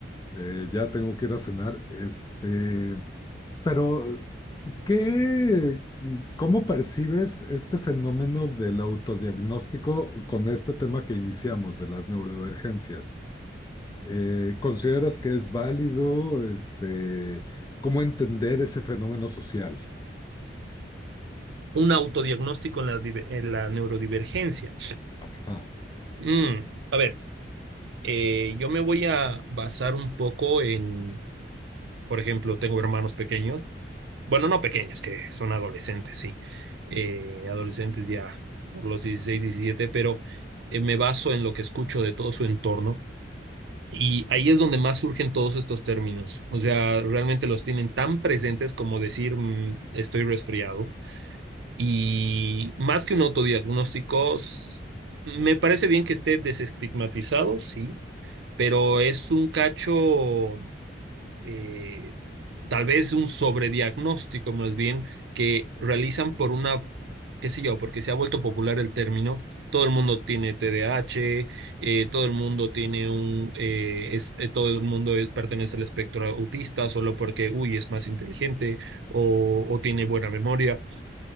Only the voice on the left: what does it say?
eh, ya tengo que ir a cenar. Este, pero ¿qué, cómo percibes este fenómeno del autodiagnóstico con este tema que iniciamos de las neurodivergencias? Eh, ¿consideras que es válido? Este, ¿cómo entender ese fenómeno social?
Ajá,